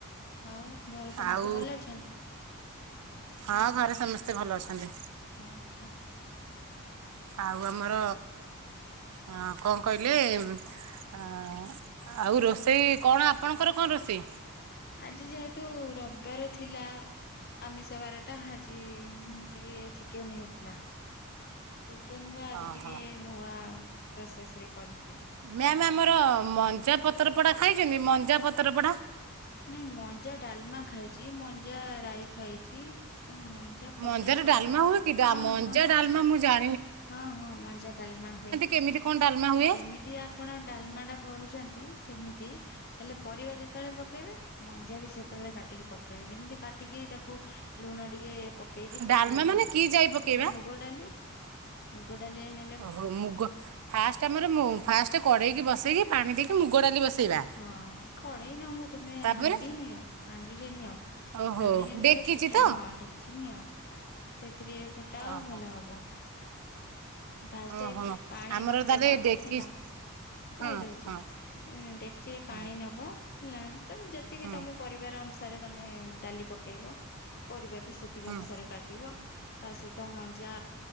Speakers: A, on the left; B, on the right.
A: ଆଉ ଘରେ ସମସ୍ତେ
B: ଆଉ
A: ଭଲ ଅଛନ୍ତି?
B: ହଁ ଘରେ ସମସ୍ତେ ଭଲ ଅଛନ୍ତି।
A: ଆଚ୍ଛା।
B: ଆଉ ଆମର ଅଁ କଣ କହିଲେ ଅଁ ଆଉ ରୋଷେଇ କଣ ଆପଣଙ୍କର କଣ ରୋଷେଇ?
A: ଆଜି ଯେହେତୁ ରବିବାର ଥିଲା ଆମିଷ ବାରଟା ଆଜି ଟିକେ ଚିକେନ୍ ହେଇଥିଲା। ଚିକେନରେ ଆଜି
B: ଓହୋ
A: ଟିକେ ନୂଆ ପ୍ରୋସେସରେ କରିଥିଲି।
B: ମ୍ୟାମ୍ ଆମର ମଞ୍ଜା ପତର ପୋଡା ଖାଇଛନ୍ତି ମଞ୍ଜା ପତର ପଡା?
A: ନାଇଁ ମଞ୍ଜା ଡାଲମା ଖାଇଛି, ମଞ୍ଜା ରାଇ ଖାଇଛି, ଉଁ ମଞ୍ଜା ପତ୍ର
B: ମଞ୍ଜାର
A: ପୋଡା
B: ଡାଲମା ହୁଏ କି? ଡ଼ା
A: ହଁ
B: ମଞ୍ଜା
A: ହଁ
B: ଡାଲମା ମୁଁ ଜା
A: ହଁ ହଁ ମଞ୍ଜା ଥାଲେ ମା ହୁଏ
B: କେମିତି କଣ ଡାଲମା ହୁଏ
A: ଯେମିତିଆ ଆପଣ ଡାଲମା ଟା କରୁଛନ୍ତି ସେମିତି ହେଲେ ପରିବା ଯେତେବେଳେ ପକେଇବେ ମଞ୍ଜା ବି ସେତ ସେତେବେଳେ କାଟିକି ପକେଇବି ଯେମିତି କାଟିକି ତାକୁ ଲୁଣ ଟିକେ ପ ପକେଇକିି ଚିପୁଡିଲେ
B: ଡାଲମା ମାନେ କି ଯାଇ ପକେଇବା
A: ମୁଗଡ଼ାଲି ମୁଗଡାଲି ହେ
B: ଓହୋ ମୁଗ ଫାଷ୍ଟ ଆମର ଫାଷ୍ଟ କଡେଇକି ବସେଇକି ପାଣି ଦେଇକି ମୁଗ ଡାଲି ବସେଇବା।
A: ହଁ କଡ଼େଇ ନହଉ ତମେ
B: ତାପରେ
A: ହାଣ୍ଡି ନିଅ ହାଣ୍ଡିରେ ନିଅ।
B: ଓହୋ
A: ହାଣ୍ଡିରେ ନେଲେ
B: ଡେକିଚି
A: ଫୁଟା
B: ତ
A: ହଁ ଡେକ୍ଚି ନିଅ ସେଥିରେ ଫୁଟାଅ
B: ଓହୋ
A: ଭଲ ହବ। ଫାଷ୍ଟ
B: ଓହୋ
A: ପାଣି
B: ଆମର
A: ବସେଇବ
B: ତାହେଲେ ଡେକି
A: ହେଲା।
B: ହଁ
A: କହିଦଉଛି
B: ହଁ
A: ଡେକ୍ଚିରେ
B: ହଁ
A: ପାଣି ନବ ହେଲା ତମେ ଯେତିକି
B: ହଁ
A: ତମକୁ ପରିବାର ଅନୁସାରେ ତମେ ଡାଲି ପକେଇବ ପରିବା ବି ସେତିକି
B: ହଁ
A: ଅନୁସାରେ କାଟ କାଟିବ ତା ସହିତ ମଞ୍ଜା